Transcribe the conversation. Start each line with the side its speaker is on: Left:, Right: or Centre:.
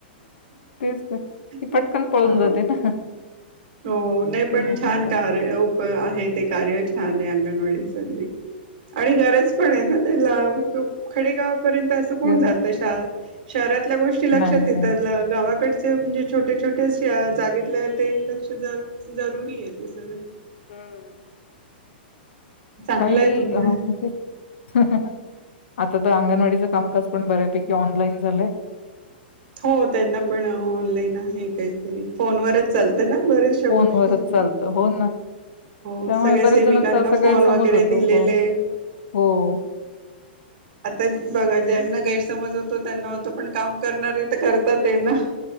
Left: तेच ती
Right: हा
Left: पटकन पळून जाते ना
Right: हो नाही
Left: अशी
Right: पण
Left: गंमत
Right: छान
Left: आहे
Right: कार्य उप आहे ते कार्य छान अंगणवाडी चालली आणि गरज पण आहे ना त्याला खेडेगाव पर्यंत असं कोण
Left: खरंच.
Right: जात शा शहरातल्या गोष्टी लक्षात
Left: नाही
Right: येतात
Left: नाही
Right: गावाकडची म्हणजे छोटे छोटेशे जागेतले ते ल जरुरी आहे ते सगळं
Left: हम्म
Right: चांगलं
Left: काही
Right: आहे तुम
Left: अ म्हणजे ह ह आता तर अंगनवाडीचा कामकाज पण बऱ्यापैकी ऑनलाईन झालंय.
Right: हो त्यांना पण ऑनलाईन आहे काही- तरी फोनवरच चालतं न बऱ्याचशा
Left: फोनवरच
Right: गोष्टी.
Left: चालतं हो ना
Right: हो
Left: त्यामुळे
Right: सगळ्या
Left: बऱ्याच
Right: सेविकांना
Left: जणांचा असा गैरसमज
Right: फोन वगैरे
Left: होतो
Right: दिलेले
Left: को हो,
Right: आता बघा ज्यांना गैर- समज होतो त्यांना होतो पण काम करणारे तर करतात हेना